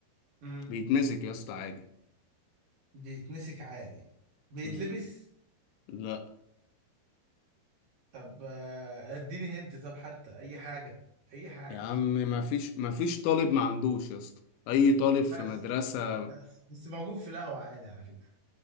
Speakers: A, on the right; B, on the left.
A: مم.
B: بيتمسك يا اسطى عادي
A: بيتمسك عادي بيتلبس؟
B: مم. لا
A: طب آه، اديني هنت طب حتى أي حاجة أي حاجة
B: يا عم ما فيش ما فيش طالب ما عندوش يا اسطى اي طالب في
A: بس
B: مدرسه
A: بس موجود في القهوة عادي على فكرة